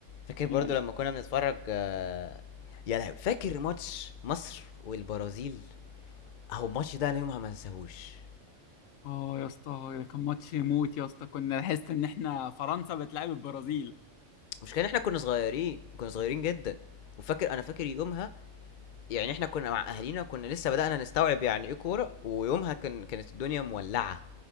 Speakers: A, on the left (about 50°); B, on the left (about 85°).
A: فاكر
B: يعني
A: برضو لما كنا بنتفرج آه، يا لهوي فاكر ماتش مصر والبرازيل اهو الماتش ده انا يومها ما انساهوش
B: اه يا اسطى ده كان ماتش يموت يا اسطى كنا نحس ان احنا فرنسا بتلعب البرازيل
A: مش كان احنا كنا صغيرين كنا صغيرين جدا وفاكر انا فاكر يومها يعني احنا كنا مع اهالينا كنا لسه بدأنا نستوعب يعني ايه كورة ويومها كان كانت الدنيا مولعة